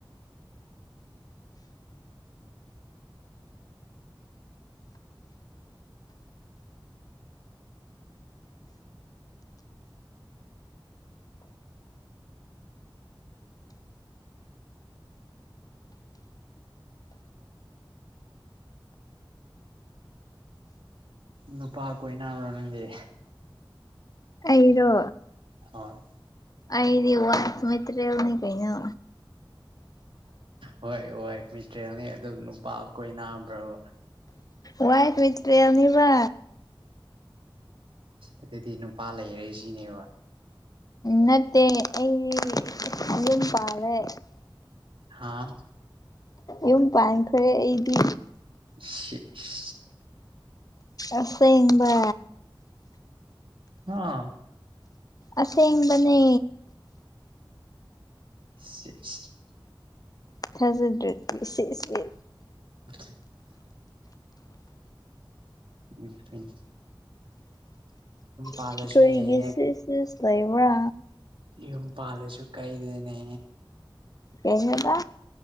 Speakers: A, on the right; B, on the left.
A: ꯅꯨꯄꯥ ꯀꯣꯏꯅꯥꯕ꯭ꯔꯣ ꯅꯪꯒꯤ
B: ꯑꯩꯔꯣ
A: ꯍꯣꯏ
B: ꯑꯩꯗꯤ ꯋꯥꯏꯐ ꯃꯦꯇ꯭ꯔꯤꯌꯦꯜꯅꯤ ꯀꯩꯅꯣ
A: ꯍꯣꯏ ꯍꯣꯏ ꯃꯤꯇ꯭ꯔꯦꯜꯅꯤ ꯑꯗꯨ ꯅꯨꯄꯥ ꯀꯣꯏꯅꯕ꯭ꯔꯥꯕ
B: ꯋꯥꯏꯐ ꯃ‌ꯦꯇ꯭ꯔꯤꯌ‌ꯦꯟꯅꯤꯕ
A: ꯑꯗꯨꯗꯤ ꯅꯨꯄꯥ ꯂꯩꯔꯦ ꯁꯤꯅꯦꯕ
B: ꯅꯠꯇꯦ ꯑꯩꯗꯤ ꯌꯨꯝ ꯄꯥꯜꯂꯦ
A: ꯍꯥꯥ
B: ꯌꯨꯝ ꯄꯥꯟꯈ꯭ꯔꯦ ꯑꯩꯗꯤ
A: <unintelligible>
B: ꯑꯁꯦꯡꯕ
A: ꯍꯥ
B: ꯑꯁꯦꯡꯕꯅꯦ
A: <unintelligible>
B: ꯊꯥꯖꯗ꯭ꯔꯗꯤ ꯁꯤꯖ ꯌꯦ
A: <inaudible> ꯎꯝ ꯐꯩꯌꯦ ꯄꯥꯜꯂꯁꯨ
B: ꯑꯩꯈ‌ꯣꯏꯒꯤ
A: ꯌꯥꯏꯌꯦꯅꯦ
B: ꯁꯤꯁ ꯁꯤꯁ ꯂꯩꯕ꯭ꯔꯥ
A: ꯌꯨꯝ ꯄꯥꯜꯂꯁꯨ ꯀꯥꯏꯗꯦꯅꯦ
B: ꯀꯩꯅ‌ꯣꯗ